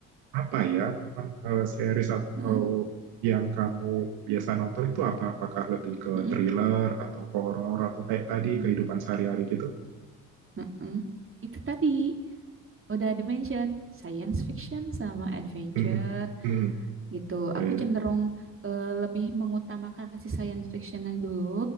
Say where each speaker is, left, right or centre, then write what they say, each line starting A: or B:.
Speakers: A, on the right; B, on the right.
A: apa ya, apa eh, series atau
B: Heeh,
A: yang kamu biasa nonton itu apa? Apakah lebih ke
B: heeh,
A: thriller atau horor atau kayak tadi
B: heeh,
A: kehidupan sehari-hari gitu?
B: heeh. Itu tadi udah dimention science fiction sama adventure
A: Mm-mm. Mm-mm.
B: gitu.
A: Oke.
B: Aku cenderung eh, lebih mengutamakan si science fictionnya dulu,